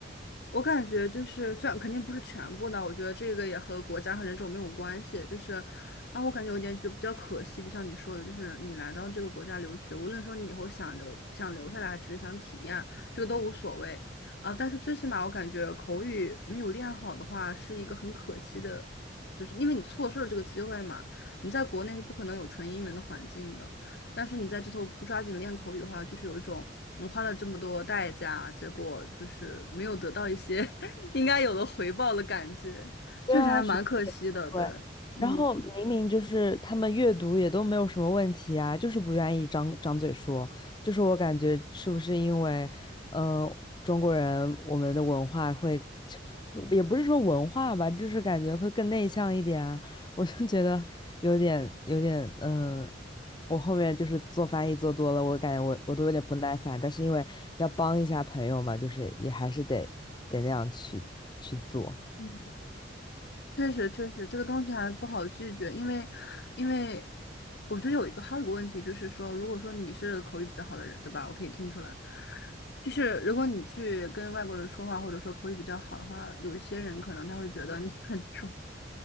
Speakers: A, on the left; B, on the left.
A: 我感觉就是，虽然肯定不是全部的，我觉得这个也和国家和人种没有关系。就是，让我感觉有点就比较可惜，就像你说的，就是你来到这个国家留学，无论说你以后想留想留下来，还只是想体验，这个都无所谓啊。但是最起码我感觉口语没有练好的话，是一个很可惜的，就是因为你错失了这个机会嘛。你在国内是不可能有纯英文的环境的，但是你在这头不抓紧练口语的话，就是有一种。我花了这么多代价，结果就是没有得到一些 <laughs> 应该有的回报的感觉，
B: 对啊，
A: 确实还蛮可惜的。
B: 学费也不贵。
A: 对，嗯
B: 然后明明就是他们阅读也都没有什么问题啊，就是不愿意张张嘴说。就是我感觉是不是因为，嗯，中国人我们的文化会，也不是说文化吧，就是感觉会更内向一点啊。我就觉得有点有点，嗯、我后面就是做翻译做多了，我感觉我我都有点不耐烦，但是因为要帮一下朋友嘛，就是也还是得得那样去去做。
A: 嗯，确实确实，这个东西还不好拒绝，因为因为我觉得有一个还有一个问题就是说，如果说你是口语比较好的人，对吧？我可以听出来，就是如果你去跟外国人说话，或者说口语比较好的话，有一些人可能他会觉得你很 <laughs> 装，